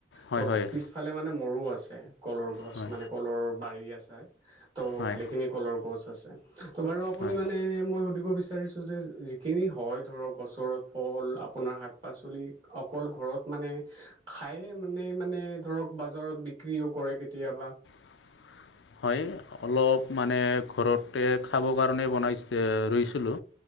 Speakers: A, on the left; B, on the right.
A: হয়
B: ত
A: হয়
B: পিছ ফালে মানে মোৰো আছে কলৰ গছ
A: হয়
B: মানে কলৰ বাৰী আছে ত'
A: হয়
B: ভালেখিনি কলৰ গছ ত বাৰু আপুনি
A: হয়
B: মানে মই সুধিব বিচাৰিছোঁ যে যিখিনি হৈ ধৰক গছৰ ফল আপোনাৰ শাক, পাচলি অকল ঘৰত মানে খায়ে মানে-মানে ধৰক বাজাৰত বি বিক্ৰীও কৰে কেতিয়াবা
A: উ <inaudible> হয় অলপ মানে ঘৰতে খাব কাৰণে বনাই ৰুইছিলো।